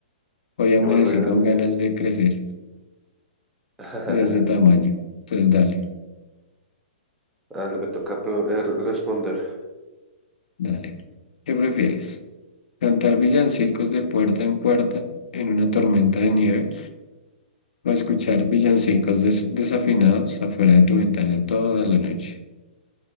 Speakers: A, on the left; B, in the centre.
A: hoy amanecí
B: igual re grande.
A: con ganas de crecer
B: <laughs>
A: <laughs> de ese tamaño. Entonces, dale,
B: Ah, le me toca pro- eh, re- responder.
A: dale. ¿Qué prefieres? ¿Cantar villancicos de puerta en puerta en una tormenta de nieve o escuchar villancicos des- desafinados afuera de tu ventana toda la noche?